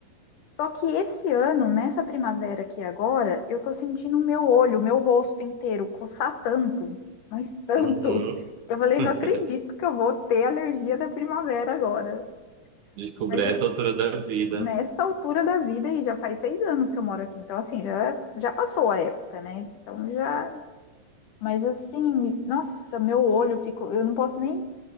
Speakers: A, on the left; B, on the right.
A: Só que esse ano, nessa primavera aqui agora, eu tô sentindo o meu olho, o meu rosto inteiro coçar tanto, mas tanto.
B: Uhum.
A: Eu falei,
B: <laughs>
A: não acredito que eu vou ter alergia da primavera agora.
B: Descobri
A: Mas
B: essa
A: é
B: altura da vida.
A: nessa altura da vida, e já faz seis anos que eu moro aqui, então assim, já, já passou a época, né? Então já. Mas assim, nossa, meu olho ficou. Eu não posso nem.